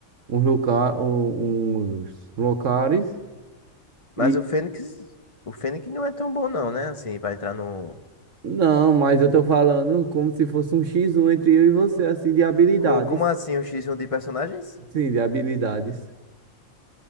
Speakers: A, on the right; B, on the left.
A: uns, loca, um- uns locais.
B: Mas
A: E.
B: o Fênix, o Fênix não é tão bom, não, né? Assim, para entrar no.
A: Não, mas eu tô falando como se fosse um x um entre eu e você, assim, de habilidades.
B: Co- Como assim, um X1 de personagens?
A: Sim, de habilidades.